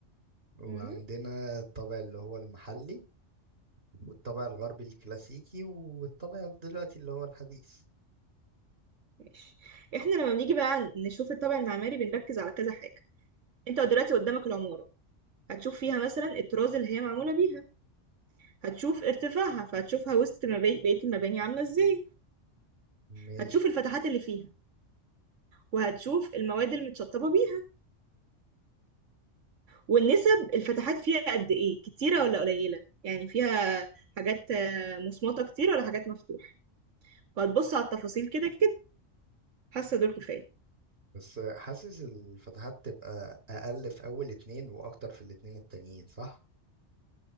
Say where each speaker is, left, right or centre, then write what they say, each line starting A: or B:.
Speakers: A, on the right; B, on the right.
A: وعندنا
B: مم.
A: الطابع اللي هو المحلي والطابع الغربي الكلاسيكي والطابع دلوقتي اللي هو الحديث
B: ماشي احنا لما بنيجي بقى نشوف الطابع المعماري بنركز على كذا حاجة انت دلوقتي قدامك العمارة هتشوف فيها مثلا الطراز اللي هي معمولة بيها هتشوف ارتفاعها فهتشوفها وسط مبا- بقية المباني عاملة ازاي
A: ماشي
B: هتشوف الفتحات اللي فيها وهتشوف المواد المتشطبة بيها والنسب الفتحات فيها قد ايه كتيرة ولا قليلة يعني فيها حاجات آه، مصمطة كتير ولا حاجات مفتوحة وهتبص على التفاصيل كده كده حاسة دول كفاية
A: بس حاسس الفتحات تبقى أقل في أول اتنين وأكتر في الاتنين التانيين صح؟